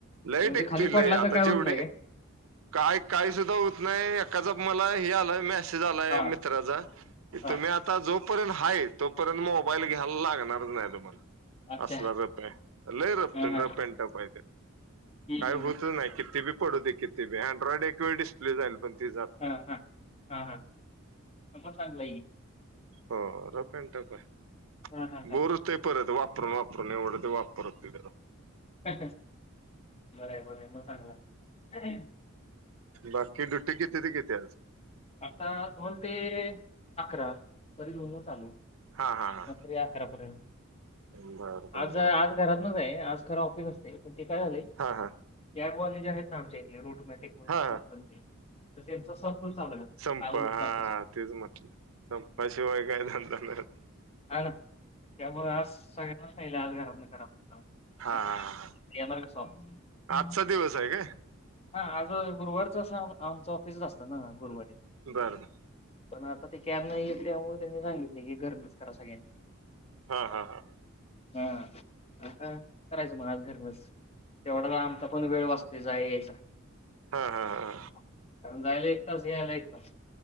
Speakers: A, on the right (about 75°); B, on the left (about 30°).
A: लय
B: म्हणजे
A: टिकतोय
B: खाली पडला
A: लय
B: तर
A: आता
B: काय होत
A: जेवढे
B: नाही काय?
A: काय काय सुद्धा होत नाही. एकाचा मला हे आलाय मेसेज आलाय
B: हां,
A: मित्राचा की
B: हां.
A: तुम्ही आता जोपर्यंत हाय तोपर्यंत मोबाईल घ्यायला लागणारच नाही तुम्हाला.
B: अच्छा.
A: असला रफ आहे लय रफ
B: हां,
A: रफ
B: हां.
A: अँड टफ आहे ते. काय
B: हं, हं,
A: होतच
B: हं.
A: नाही किती बी पडू दे किती बी अँड्रॉइड एकवेेळ डिस्प्ले जाईल पण ती जात
B: हा
A: नाही
B: हा हा हा मग चांगलं आहे की.
A: हो रफ अँड टफ आहे
B: हां, हां, हां.
A: बोर होतयं परत वाप वापरून वापरून एवढं तर वापरतोय त्याला
B: बरं आहे बरं आहे मग चांगलं आहे
A: बाकी दुटी किती ते किती हाय आज?
B: आता दोन ते अकरा. तरी दोनला चालू.
A: हा हा हा
B: रात्री अकरापर्यंत.
A: बरं
B: आज
A: बरं बरं
B: आज घरातन नाही आज करा ऑफिस असतय, पण ते काय झालय
A: हा हा
B: ट्याग वाले जे आहेत ना ते आमचे रूट ऑटोमॅटिक म्हणून
A: हा
B: एक
A: हा
B: कंपनी आहे, तर त्यांचा चालू आहे
A: संप
B: काल
A: हा
B: दुपारपासून.
A: तेच म्हटलं. संपाशिवाय काय धंदा नाय.
B: अ ना त्यामुळ आज सगळ्यांनाच सांगितलय आज घरातन करा म्हणून काम
A: हा
B: चालू
A: हा
B: येमर रेसोंस. <unintelligible>
A: आजचा दिवस आहे काय
B: आज गुरुवारच अस आमच ऑफिसच आसत ना गुरुवारी.
A: बर बर.
B: पण आता ते कॅर नाही येत त्यामुळे त्यांनी सांगितलय की घरनच करा सगळ्यांनी.
A: हा हा हा हा.
B: हा आता करायचं म आज घरनच. तेवढा आमचा पण वेळ वाचतोय जाया यायचा. कारण
A: हा हा हा
B: जायला एक तास, यायला एक तास.